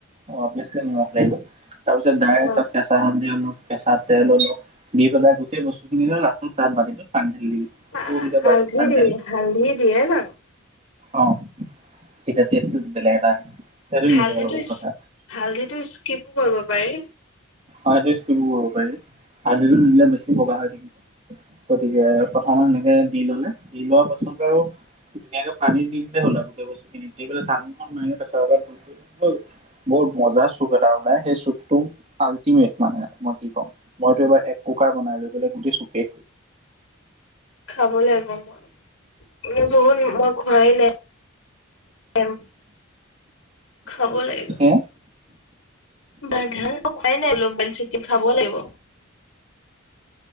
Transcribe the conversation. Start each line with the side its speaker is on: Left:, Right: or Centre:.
Right: অ ম লাগিব। তাৰপিছত ডাইৰেক্ট
Left: অ'
Right: তাত কেঁচা হালধী ললো, কেঁচা তেল ললো, দি পেলাই গোটেই বস্তু খিনিয়ে ন' লাচোন তাত বাকি এইটোত পানী ঢালি দিবি।
Left: হাঁ
Right: ফুলকে
Left: হালধী
Right: বাতি পানী
Left: দি -হালধী দিয়ে জানো?
Right: অঁ, এতিয়া তেছটো বেলেগ এটা সেইটো
Left: হালধীটো
Right: নিজৰ লগত কথা
Left: স্ক্ -হালধীটো স্কিপো কৰিব পাৰি।
Right: হালধী স্কিপো কৰিব পাৰি। হালধীটো নিদিলে বেছি বগা হৈ যায়। গতিকে প্ৰথম সেনেকে দি ললে। দি লোৱা পাছত আৰু ধুনীয়াকে পানী দিলে হ'ল আৰু গোটেই বস্তুখিনিক ঢাকনিখন মাৰি প্ৰেছাৰকুকাৰত দি দিলেই হ'ল। ব্ বৰ মজা চুপ। চুপ এটা ওলাই সেইচুপটো আল্টিমেট মানে, মই কি কম? মইটো এবাৰ এক্‌কুক্কাৰ বনাইলৈ পেলাই। গেচুকে
Left: খাব লাগিব মই, মই বহুত, মই খোৱাই নাই। এম। খাব লাগিব,
Right: হে
Left: বাধাৰ খুৱাই নাই অলপো। আজি চিকেন খাব লাগিব।